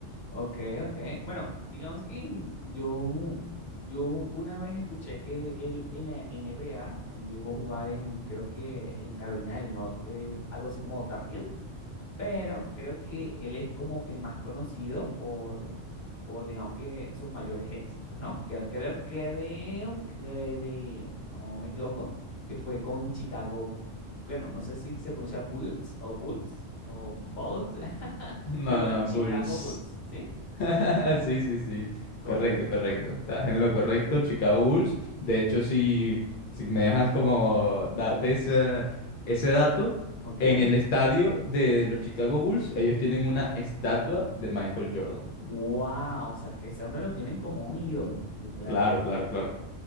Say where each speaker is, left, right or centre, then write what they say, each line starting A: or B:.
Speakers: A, on the left; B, on the left.
A: Ok, ok. Bueno, digamos que yo, yo una vez escuché que él en la NBA, él llegó a jugar en, creo que en Carolina del Norte, algo así como Tar Heels, pero creo que él es como que más conocido por, por digamos que sus mayores éxitos, ¿no? Creo, creo, creo, creo, no me equivoco, que fue con Chicago, bueno, no sé si se pronuncia Bulls o Bulls o Bulls, <laughs>
B: No,
A: pero bueno,
B: no,
A: Chicago
B: Bulls.
A: Bulls, ¿sí?
B: <laughs> Sí, sí, sí.
A: Correcto,
B: Correcto, correcto.
A: correcto.
B: Estás en lo correcto, Chicago Bulls. De hecho, si, si me dejas como darte ese, ese dato,
A: Ok.
B: en el estadio de, de los Chicago Bulls, ellos tienen una estatua de Michael Jordan.
A: Wow, o sea, es que ese hombre lo tienen como un ídolo, literalmente.
B: Claro, claro, claro.